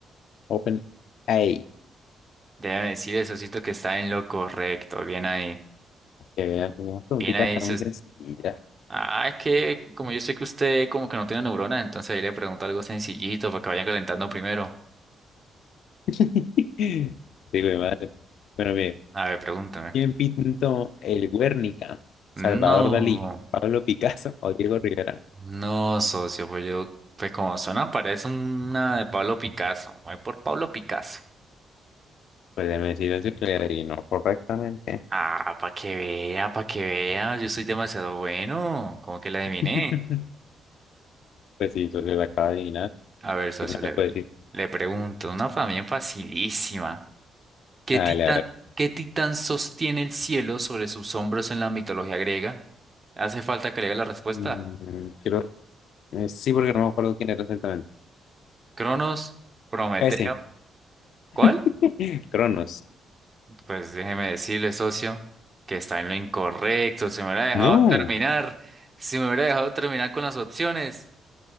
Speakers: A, on the left (about 65°); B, on the right (about 20°).
A: Open AI.
B: Déjame decirle, socito, que está en lo correcto. Bien ahí.
A: Que vean, tenemos preguntitas
B: Bien ahí,
A: están muy sencillas.
B: Ah, es que como yo sé que usted como que no tiene neuronas, entonces ahí le pregunto algo sencillito para que vayan calentando primero.
A: <laughs> Digo de madre. Bueno, mire,
B: A ver, pregúntame.
A: ¿quién pintó el Guernica? ¿Salvador
B: No,
A: Dalí, Pablo Picasso o Diego Rivera?
B: no, socio, pues yo, pues como suena, parece una de Pablo Picasso. Voy por Pablo Picasso.
A: Pues déjeme decirle eso que le adivinó correctamente.
B: Ah, para que vea, para que vea, yo soy demasiado bueno, como que la adiviné.
A: <laughs> Pues sí, entonces lo acaba de adivinar.
B: A ver, socio,
A: ¿Qué más le
B: le,
A: puedo decir?
B: le pregunto, una también facilísima. ¿Qué
A: Dale,
B: titán,
A: a ver.
B: qué titán sostiene el cielo sobre sus hombros en la mitología griega? Hace falta que le diga la respuesta.
A: Mm, Quiero Eh, Sí, porque no me acuerdo quién era exactamente.
B: Cronos, Prometeo.
A: Ese,
B: ¿Cuál?
A: <laughs> Cronos.
B: Pues déjeme decirle, socio, que está en lo incorrecto. Si me hubiera dejado
A: No.
B: terminar, si me hubiera dejado terminar con las opciones,